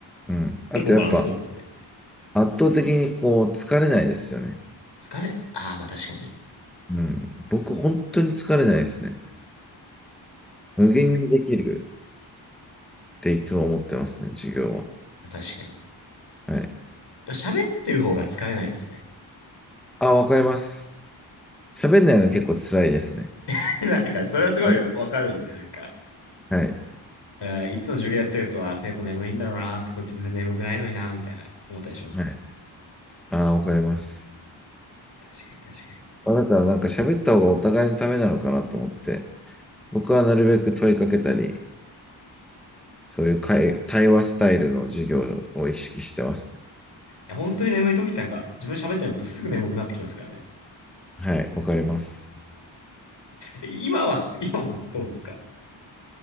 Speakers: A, in the centre; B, on the left (about 60°).
A: うん。あとやっぱ
B: 結構バランス取れたんで。
A: 圧倒的にこう疲れないですよね。
B: 疲れ、ああ、まあ確かに
A: うん。僕本当に疲れないですね。無限にできるっていつも思ってますね、授業は。
B: 確かに。
A: はい。
B: 喋ってる方が疲れないですね。
A: あ、わかります。喋んないの結構辛いですね。
B: <laughs> なんか、それはすごいわかるんで、
A: あの
B: なんか、
A: はい。
B: えーいつも授業やってると、あー、生徒眠いんだろうなーって、こっち全然眠くないのになーみたいな、思ったりしますね。
A: はい。あ、わかります。
B: 確かに確かに。い
A: まあだからなんか喋った方がお互いのためなのかなと思って、僕はなるべく問いかけたり、そういう会、対話スタイルの授業を意識してますね。
B: や、本当に眠い時ってなんか、自分喋ってないとすぐ眠くなってきますからね。
A: はい。わかります。
B: え今は、今もそうですか